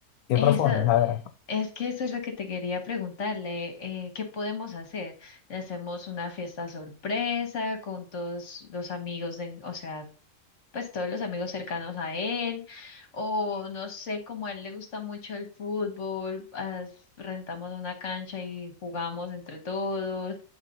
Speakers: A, on the left; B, on the left.
A: ¿Qué
B: Eso,
A: propones? A ver.
B: es que eso es lo que te quería preguntarle. eh, ¿qué podemos hacer? ¿Le hacemos una fiesta sorpresa con todos los amigos de, o sea, pues todos los amigos cercanos a él, o no sé, como a él le gusta mucho el fútbol, as- rentamos una cancha y jugamos entre todos,